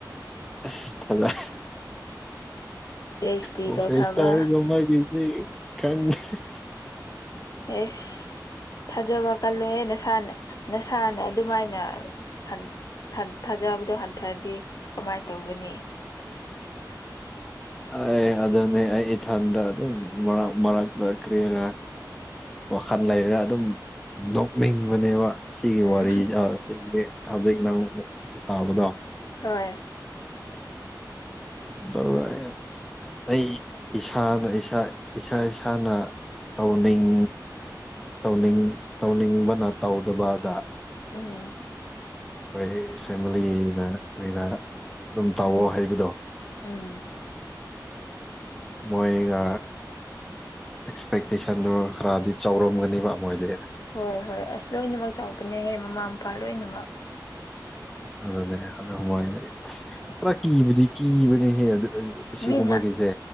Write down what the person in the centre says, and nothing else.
ꯑꯁ
ꯑꯣ
ꯐꯦꯁꯥꯔ ꯅꯣꯡꯃꯩꯒꯤꯗꯤ ꯈꯪꯗꯔꯦ
ꯑꯦ ꯑꯗꯨꯅꯦ ꯑꯩ ꯏꯊꯟꯗ ꯑꯗꯨꯝ ꯃꯔꯛ ꯃꯔꯛꯇ ꯀꯔꯤꯔ ꯋꯥꯈꯜ ꯂꯩꯔꯒ ꯑꯗꯨꯝ ꯅꯣꯛꯅꯤꯡꯕꯅꯦꯕ ꯁꯤꯒꯤ
ꯋꯥꯔꯤ ꯁꯥꯕꯁꯤꯗꯤ ꯍꯧꯖꯤꯛ ꯅꯪ ꯁꯥꯕꯗꯣ
ꯇꯜꯂꯦ ꯑꯩ ꯏꯁꯥꯅ ꯏꯁꯥ ꯏꯁꯥ ꯏꯁꯥꯅ꯫ ꯇꯧꯅꯤꯡ ꯇꯧꯅꯤꯡ ꯇꯧꯅꯤꯡꯕꯅ ꯇꯧꯗꯕꯗ꯫
ꯍꯣꯏ ꯐꯦꯃꯤꯂꯤꯅ ꯂꯩꯅ ꯑꯗꯨꯝ ꯇꯧꯑꯣ
ꯍꯥꯏꯕꯗꯣ꯫
ꯃꯣꯏꯒ ꯑꯦꯛꯁꯄꯦꯛꯇꯦꯁꯟꯗꯣ ꯈꯔꯗꯤ ꯆꯥꯎꯔꯝꯒꯅꯦꯕ ꯃꯣꯏꯗꯤ
ꯑꯗꯨꯅꯦ ꯑꯗꯨ ꯍꯣꯏ ꯈꯔ ꯀꯤꯕꯨꯗꯤ ꯀꯤꯕꯅꯦꯍꯦ ꯑꯗꯨ ꯑꯁꯤꯒꯨꯝꯕꯒꯤꯁꯦ